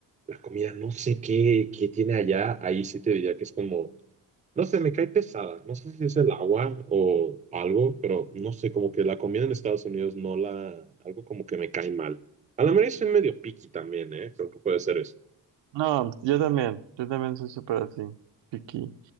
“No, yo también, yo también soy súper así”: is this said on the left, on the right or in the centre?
Right